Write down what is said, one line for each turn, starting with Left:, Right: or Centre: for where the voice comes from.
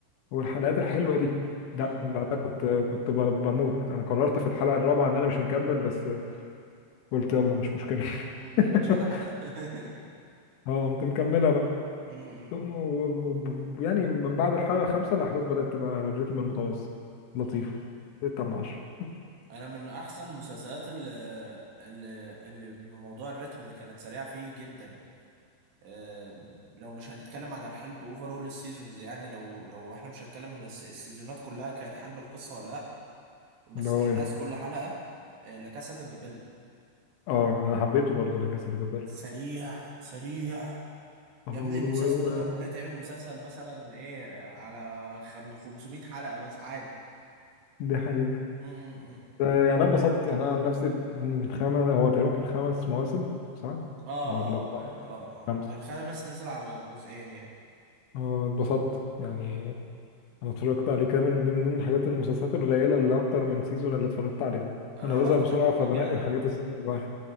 Left: والحلقات الحلوه دي
Right: امم
Left: لا من بعدها كنت كنت ب- بموت انا قررت في الحلقه الرابعه ان انا مش مكمل بس قلت يلا مش مشكله
Right: امم
Left: <laughs>
Right: ما جيتش على حلقة <laughs>
Left: اه قمت مكملها بقى
Right: امم
Left: و- و- يعني من بعد الحلقه الخامسه الاحداث بدات تبقى الريتم المتوسط لطيف
Right: امم
Left: 6 من 10
Right: انا من احسن المسلسلات اللي اللي اللي من موضوع الريتم كانت سريعة فيه جدا آم، لو مش هنتكلم على الحلب اوفرول السيزونز يعني لو لو احنا مش هنتكلم ان الس- السيزونات كلها كانت حلب القصة ولا لا بس
Left: اللي هو
Right: احداث
Left: ايه
Right: كل حلقة آه، لا كاسا دي بابل
Left: اه انا حبيته برضه لا كاسا دي بابل
Right: سريع سريع
Left: اه
Right: يا ابني
Left: و-
Right: المسلسل
Left: و-
Right: ده
Left: و-
Right: كان ممكن يتعمل مسلسل مثلا ايه على خم- 500 حلقة بس عادي
Left: دي حقيقة
Right: م- م- م.
Left: آه، يعني انا اتبسطت يعني انا عن نفسي الخامس هو تقريبا كان خمس مواسم صح؟
Right: اه
Left: او الاربعه
Right: اه اه
Left: خمسه
Right: اه الخامس نزل على جزئين يعني
Left: آه، اتبسطت يعني
Right: م- م.
Left: انا اتفرجت عليه كامل ودي من ضمن الحاجات المسلسلات القليله اللي اكتر من سيزون اللي اتفرجت عليها
Right: آه،
Left: انا بزهق
Right: اكتر
Left: بسرعه
Right: حاجة
Left: فبنقي الحاجات السيزون الواحد